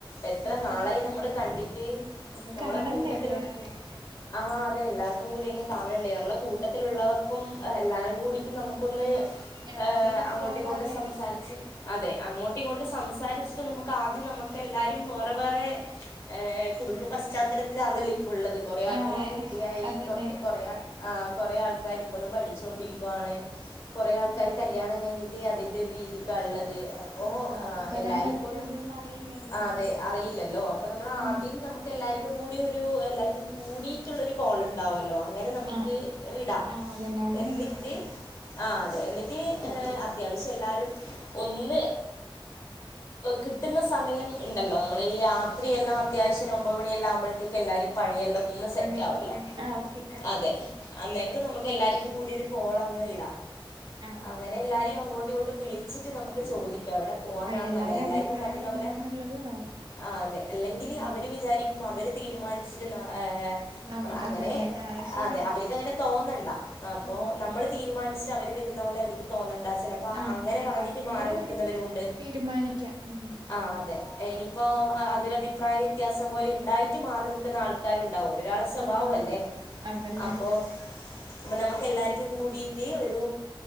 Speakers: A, on the left; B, on the right.
A: എത്ര
B: ആഹ്
A: നാളായി നമ്മള് കണ്ടിട്ട്
B: ഒന്ന്
A: നമ്മളെ
B: കാണണ്ടേ
A: കൂട്ടത്തിലു
B: എല്ലാർക്കും
A: ആഹ് അതെ എല്ലാർക്കും കൂടി ഒന്ന് കാണേണ്ടെ നമ്മളെ കൂട്ടത്തിലുള്ളവർക്കും എല്ലാരും കൂടീട്ട് നമുക്കൊന്ന്
B: എവിടക്കേലും
A: ഏഹ് അങ്ങോട്ടും
B: പോവാല്ലേ
A: ഇങ്ങോട്ടും സംസാരിച്ച് അതെ അങ്ങോട്ട് ഇങ്ങോട്ട്
B: ഉം
A: സംസാരിച്ചിട്ട് നമ്മ ക്കാദ്യം നമ്മക്ക് എല്ലാരും വേറെ വേറെ ഏഹ് കുടുംബ പശ്ചാത്തലത്തിലാന്നല്ലോ ഇപ്പ ഇള്ളത് കൊറേ ആൾക്കാരക്ക്
B: ആഹ്
A: കുട്ടിയായി
B: അതന്നെ
A: തൊട്ട് തൊ കൊറയാ ആഹ് കൊറെ ആൾക്കാര് ഇപ്പഴും പഠിച്ചോണ്ടിരിക്കുവാണ് കൊറെ ആൾക്കാര്
B: ആഹ്
A: കല്ല്യണം കഴിഞ്ഞ് <unintelligible> അതിന്റെ ഒരു രീതിക്കാ ഇള്ളത് ഓഹ്
B: എല്ലാർക്കും
A: ആഹ്
B: വരാൻ
A: എല്ലാര്ക്കൊന്ന്
B: പറ്റോ ഇല്ലേന്ന് അറിയില്ലല്ലോ
A: ആഹ്
B: ല്ലേ
A: അതെ അറിയില്ലല്ലോ അപ്പൊ നമ്മള് ആദ്യം
B: ഉം
A: നമ്മ ക്കെല്ലാര്ക്കും കൂടി ഒരു എല്ലാര്ക്കും കൂടീട്ട്ള്ളൊരു കോളിണ്ടാവുവല്ലോ അങ്ങനെ നമുക്ക്
B: ആഹ്
A: ഇടാം.
B: ആഹ് അതന്നെ അങ്ങനെ
A: എന്നിട്ട്
B: ചെയ്യാം ഉം
A: ആഹ് അതെ എന്നിട്ടി അത്യാവശ്യം എല്ലാരും ഒന്ന് കിട്ടുന്ന സമയം ഇണ്ടല്ലോ നമ്മള് ഈ രാത്രിെയെല്ലാം അത്യാവശ്യം ഒരൊമ്പത് മണിയെല്ലാം ആവുമ്പഴത്തേക്ക് എല്ലാരും പണിയെല്ലൊ ഒന്ന് സെറ്റാവല്ലോ?
B: പണിയൊക്കെ കഴിഞ്ഞ് ആഹ് ഫ്രീ ആകും
A: അതെ അന്നേരത്തെ നമുക്ക് എല്ലാര്ക്കും കൂടി ഒരു കോളങ്ങ് ഇടാം.
B: ആഹ്
A: അങ്ങനെ എല്ലാരിയേം അങ്ങോ ട്ട് വിളിച്ചിട്ട് നമുക്ക് ചോദിക്കാം അവിടെ പോവാനാണ്
B: ആഹ് എല്ലാരെ
A: നല്ലത്. എല്ലാര്ക്കും
B: അഭിപ്രായം
A: പറ്റുന്ന
B: എന്താന്നുള്ളത്
A: പോലെ
B: നോക്കാം
A: ആഹ് അതെ അല്ലെങ്കില്
B: ഉം
A: അവര് വിചാരി ക്കും അവര് തീരുമാനിച്ചിരുന്ന ഏ ഏ
B: നം
A: അങ്ങനെ
B: അതന്നെ ആഹ് ശരിയാ
A: അതെ അവര്ക്കങ്ങനെ തോന്നണ്ട. അപ്പോ
B: ആഹ്
A: നമ്മള് തീരുമാനിച്ച അവര് വരുന്ന പോലെ അവര്ക്ക് തോന്നന്നണ്ടാ ചെല അപ്പ
B: ആഹ്
A: അങ്ങനെ
B: എല്ലാർക്കും
A: പറഞ്ഞിട്ട് മാറി
B: കൂടെ
A: നിക്കുന്നവരും
B: ഒരുമിച്ച്
A: ഒണ്ട്.
B: തീരുമാനിക്കാം ഉം
A: ആഹ് അതെ. ഇനിയിപ്പോ അതൊരഭിപ്രായ വ്യത്യാസം പോലെ ഇണ്ടായിട്ട് മാറി നിക്കുന്ന ആള് ക്കാരുണ്ടാവോ ഒരാളെ സ്വഭാവല്ലേ.
B: ആഹ് ആഹ് അതന്നെ
A: അപ്പോ അപ്പ നമ്മക്ക് എല്ലാര്ക്കും കൂടീട്ട് ഒരു